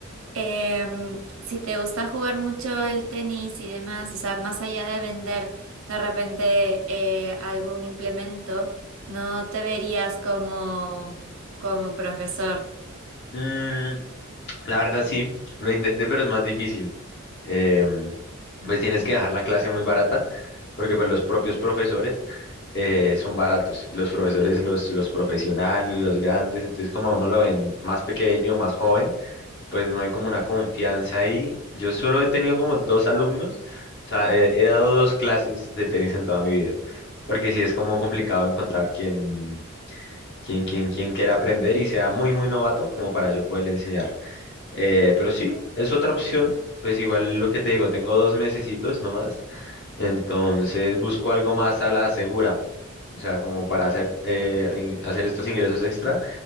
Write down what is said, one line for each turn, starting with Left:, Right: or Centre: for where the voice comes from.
Right: Em, si te gusta jugar mucho el tenis y demás, o sea, más allá de vender de repente eh, algún implemento, no te verías como, como profesor.
Left: Mm, La verdad sí, lo intenté, pero es más difícil. Em,
Right: Mm,
Left: pues tienes que dejar la clase muy barata, porque pues, los propios profesores eh, son baratos. Los profesores, los, los profesionales, los grandes, entonces como a uno lo ven más pequeño, más joven, pues no hay como una confianza ahí. Yo solo he tenido como dos alumnos, o sea, he, he dado dos clases de tenis en toda mi vida, porque sí es como complicado encontrar quien, quien, quien, quien quiera aprender y sea muy, muy novato como para yo poderle enseñar. Eh, pero sí, es otra opción. Pues igual lo que te digo, tengo dos mesecitos nomás. Entonces busco algo más a la segura. O sea, como para hacer, eh, in- hacer estos ingresos extra